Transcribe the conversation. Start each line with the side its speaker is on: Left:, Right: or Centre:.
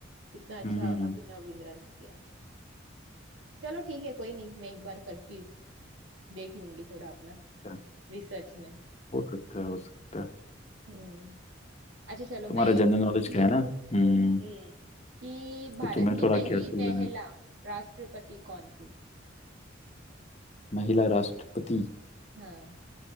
Right: जितना अच्छा
Left: हम्म हम्म, हम्म,
Right: अभिनव बिंद्रा ने किया था चलो ठीक है कोई नहीं मैं एक बार करती हूँ। देख लूंगी थोड़ा अपना
Left: हम्म,
Right: रिसर्च में
Left: हो सकता है हो सकता है
Right: हम्म अच्छा चलो
Left: तुम्हारा
Right: मैं एक
Left: जनरल
Right: पूछती
Left: नॉलेज का है
Right: हूँ
Left: ना हम्म
Right: हम्म कि भारत
Left: तो तुम्हें
Right: की
Left: थोड़ा
Right: पहली
Left: केयरफुल
Right: महिला
Left: रहना है।
Right: राष्ट्रपति कौन थी
Left: महिला राष्ट्रपति
Right: हाँ